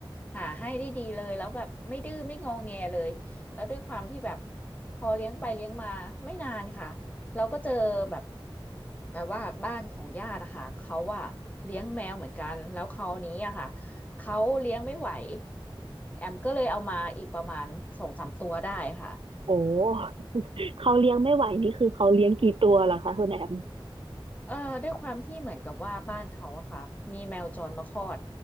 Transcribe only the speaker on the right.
โอ้ <laughs> เขาเลี้ยงไม่ไหวนี่คือเขาเลี้ยงกี่ตัวล่ะคะคุณแอม